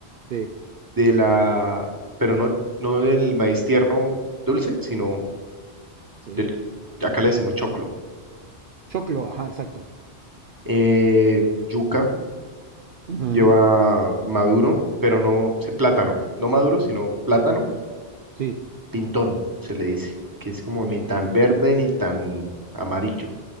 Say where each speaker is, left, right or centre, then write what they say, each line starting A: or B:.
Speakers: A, on the right; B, on the right.
A: Sí,
B: de la, pero no, no del maíz tierno dulce, sino
A: sí.
B: del, acá le decimos choclo.
A: Choclo, ajá, exacto.
B: Eh, yuca
A: Ujú,
B: lleva maduro, pero no, sí, plátano, no maduro, sino plátano,
A: Sí,
B: pintón se le dice, que es como ni
A: ok.
B: tan verde ni tan amarillo.